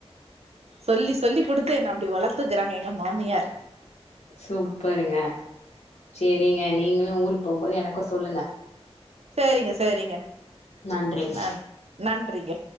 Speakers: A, on the right; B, on the left.
A: சொல்லி சொல்லி குடுத்து என்ன அப்டி வளத்துக்குறாங்க எங்க மாமியார்
B: சூப்பருங்க சேரிங்க நீங்களு ஊருக் போம்போது எனக்கு சொல்லுங்க
A: சேரிங்க சேரிங்க
B: நன்றிங்க
A: நன் நன்றி ங்க